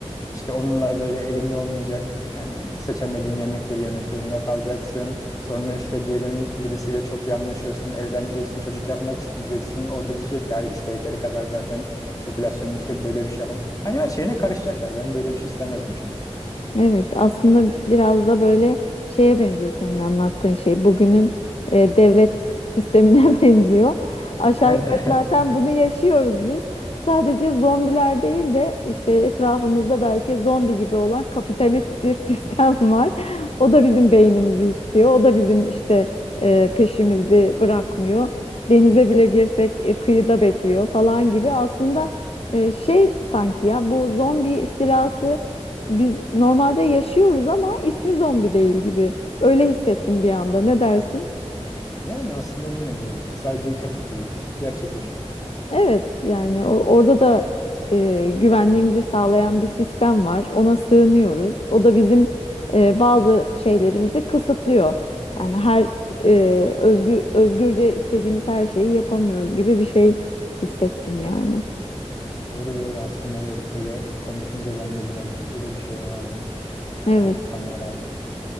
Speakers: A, on the left; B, on the left.
A: İşte onunla böyle elinde olmayacak yani seçemediğin yemekleri yemek zorunda kalacaksın. Sonra işte diyelim birisiyle çok iyi anlaşıyorsun, evleneceksin, çocuk yapmak isteyeceksin. Orada diyecek ki hayır işte yeteri kadar zaten popülasyon yüksek böyle bir şey yapamam. Hani her şeyine karışacaklar. Ben böyle bir şey istemezdim şahsen.
B: Evet, aslında biraz da böyle şeye benziyor senin anlattığın şey. Bugünün e, devlet sistemine <laughs> benziyor. Aşağı
A: Yani
B: yukarı zaten bunu yaşıyoruz biz. Sadece zombiler değil de işte etrafımızda belki zombi gibi olan kapitalist bir <laughs> sistem var. O da bizim beynimizi istiyor. O da bizim işte e, peşimizi bırakmıyor. Denize bile girsek e, kıyıda bekliyor falan gibi. Aslında e, şey sanki ya bu zombi istilası biz normalde yaşıyoruz ama ismi zombi değil gibi. Öyle hissettim bir anda. Ne dersin?
A: <laughs> yani aslında bir nevi evet. Sadece ütopik değil. Gerçek yaşam.
B: Evet, yani o- orada da e, güvenliğimizi sağlayan bir sistem var. Ona sığınıyoruz. O da bizim e, bazı şeylerimizi kısıtlıyor. Yani her e, özgü, özgürce istediğimiz her şeyi yapamıyoruz gibi bir şey hissettim yani.
A: Doğru doğru aslında evet böyle konuşunca ben de biraz öyle bir şeye vardım.
B: Evet.
A: E, kanıya vardım.